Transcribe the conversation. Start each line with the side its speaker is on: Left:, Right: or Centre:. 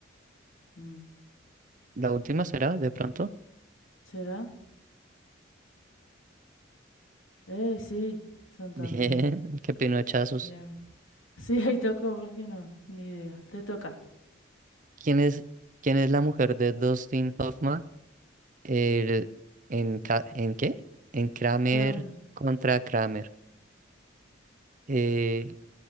Left: Mm.
Right: la última será, de pronto.
Left: ¿Será? Eh, sí, Santander.
Right: Bien, <laughs> qué pinochazos.
Left: Bien. <laughs> Sí, ahí tocó, ¿por qué no? Ni idea. Te toca.
Right: ¿Quién es, quién es la mujer de Dustin Hoffman? El, en, ca- ¿en qué? En Kramer
Left: Kramer.
Right: contra Kramer. Eh,